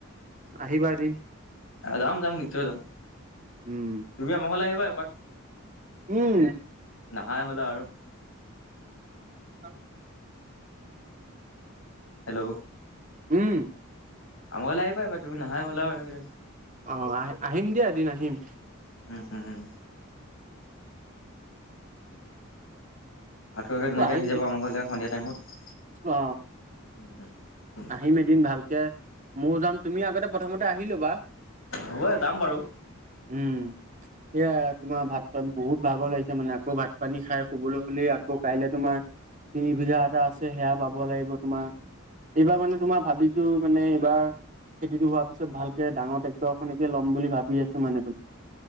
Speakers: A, on the right; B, on the left.
A: আহিবা এদিন
B: যাম যাম নিশ্চয় যাম
A: উম
B: তুমি আমা ঘলে আহিবা এপাক
A: উম
B: নাহাই হ'লা আৰু
A: আৰু,
B: হেল্ল',
A: উম।
B: আমাৰ ঘৰলে আহিবা এপাক, তুমি নাহাই হ'লা আৰু এইকেইদিন
A: অ আহ আহিম দিয়া এদিন আহিম।
B: ওম ওম। ভাত খোৱাকে ধুনিয়াকে
A: আহিম
B: আহি যাবা আমা ঘৰলে সন্ধিয়া টাইমত।
A: অ।
B: উম। উম
A: আহিম এদিন ভালকে, ময়ো যাম, তুমি আগতে প্ৰথমতে আহি লবা।
B: হ'ব যাম বাৰু।
A: উম, সেয়া তোমাৰ ভাত পাত বহুত ভাগৰ লাগিছে মানে আকৌ ভাত - পানী খাই শুবলৈ হ'লেই, আকৌ কাইলে তোমাৰ তিনি বিঘা এটা আছে সেয়া বাব লাগিব তোমাৰ। এইবাৰ মানে তোমাৰ ভাবি- ছো মানে এইবাৰ খেতিটো হোৱাৰ পিছত ভালকে ডাঙৰ ট্ৰেক্টৰ খনেকে ল'ম বুলি ভাবি আছো মানে তোমাৰ।